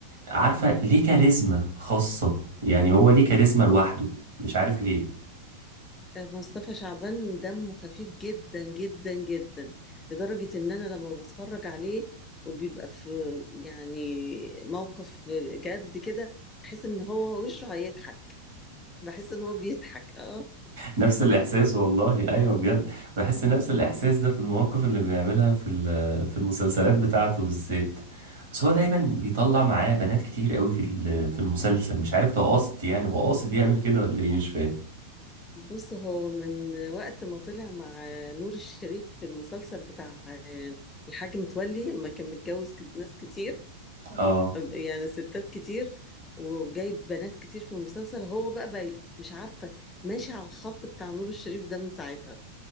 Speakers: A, on the right; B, on the left.
A: عارفة ليه كاريزما خاصة يعني هو ليه كاريزما لوحده مش عارف ليه
B: آه، مصطفى شعبان دمه خفيف جدا جدا جدا لدرجة ان انا لما بتفرج عليه وبيبقى في يعني موقف جد كده بحس ان هو وشه هيضحك بحس ان هو بيضحك اه
A: نفس الإحساس والله أيوه بجد بحس
B: آه.
A: نفس الإحساس ده في المواقف اللي بيعملها في ال- في المسلسلات بتاعته بالذات بس هو دايما بيطلع معاه بنات كتير قوي في ال- في المسلسل مش عارف ده قاصد يعني هو قاصد يعمل كده ولا إيه مش فاهم
B: بص هو من وقت ما طلع مع نور الشريف في المسلسل بتاع آه، الحاج متولي لما كان متجوز ك- ناس كتير
A: اه
B: يعني ستات كتير وجايب بنات كتير في المسلسل هو بقى, بقى مش عارفة ماشي على الخط بتاع نور الشريف ده من ساعتها